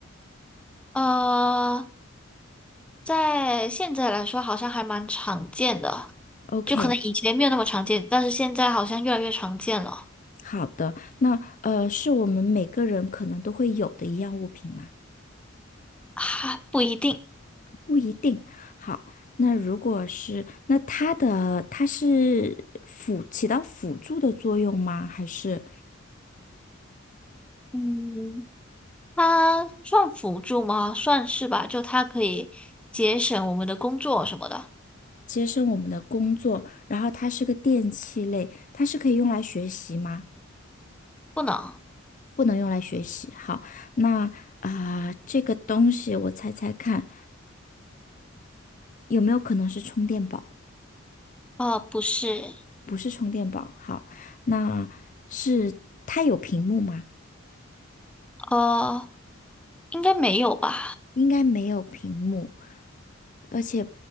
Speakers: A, in the centre; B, on the left.
A: 呃，在现在来说好像还蛮常见的，
B: ？OK，
A: 就可能以前没有那么常见，但是现在好像越来越常见了。
B: 好的。那呃，是我们每个人可能都会有的一样物品吗？
A: 啊，不一定。
B: 不一定。好，那如果是，那它的它是辅起到辅助的作用吗？还是
A: 嗯，它算辅助吗？算是吧，就它可以节省我们的工作什么的。
B: 节省我们的工作？然后它是个电器类，它是可以用来学习吗？
A: 不能。
B: 不能用来学习。好，那啊、这个东西我猜猜看，有没有可能是充电宝？
A: 呃，不是。
B: 不是充电宝。好，那是它有屏幕吗？
A: 呃，应该没有吧。
B: 应该没有屏幕，而且